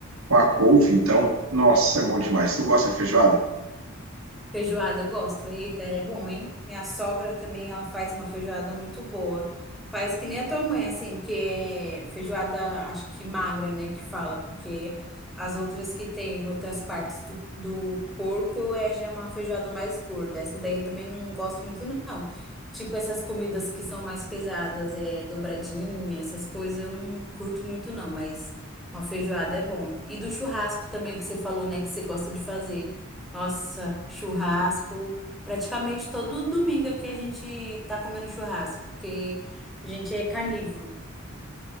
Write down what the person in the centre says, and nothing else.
Feijoada, eu gosto. Eita, é bom, hein? Minha sogra também, ela faz uma feijoada muito boa. Faz que nem a tua mãe, assim, que é feijoada, acho que magra, né, que fala, porque as outras que tem outras partes do, do porco é já é uma feijoada mais gorda. Essa daí eu também não gosto muito, não. Tipo, essas comidas que são mais pesadas, é dobradinha, essas coisas eu não curto muito, não, mas uma feijoada é bom. E do churrasco também que você falou, né, que você gosta de fazer. Nossa, churrasco. Praticamente todo domingo aqui a gente tá comendo churrasco, porque a gente é carnívoro.